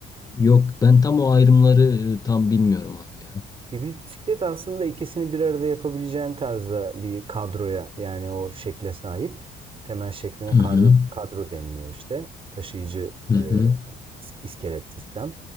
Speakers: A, on the left; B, on the right.
A: Yok ben tam o ayrımları e, tam bilmiyorum abi ya.
B: Bir bisiklet aslında ikisini bir arada yapabileceğin tarzda bir kadroya yani o şekle sahip. Temel şekline
A: Hı
B: kadro,
A: hı.
B: kadro deniliyor işte. Taşıyıcı
A: Hı hı.
B: e, iskelet sistem.